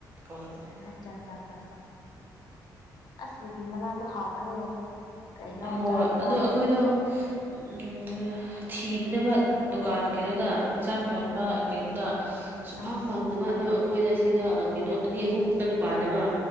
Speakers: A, on the right (about 25°); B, on the left (about 65°).
A: ꯀꯣꯅꯅꯦ
B: ꯑꯠꯆꯥ ꯑꯠꯆꯥ ꯑꯠꯆꯥ ꯑꯁ ꯕꯤꯦꯕꯤ ꯃꯅꯥꯗꯣ ꯍꯥꯎꯕꯅꯦ ꯀꯩꯅꯣ
A: ꯍꯣꯏ
B: ꯆꯥꯕꯗ
A: ꯑꯗꯣ ꯑꯩꯈꯣꯏꯗꯣ ꯎ ꯊꯤꯕꯅꯦꯕ ꯗꯨꯀꯥꯟ ꯀꯩꯅꯣꯗ
B: ꯎꯝ
A: ꯍꯦꯟꯖꯥꯡ ꯌꯣꯟꯕ
B: ꯎꯝ
A: ꯀꯩꯅꯣꯗ ꯁꯨꯡꯐꯪ
B: ꯎꯝ
A: ꯐꯪꯗꯕ ꯑꯗꯨ ꯑꯩꯈꯣꯏꯗ ꯁꯤꯗ ꯀꯩꯅꯣ ꯑꯅꯤ ꯑꯍꯨꯝ ꯃꯨꯛꯇꯪ ꯄꯥꯜꯂꯦꯕ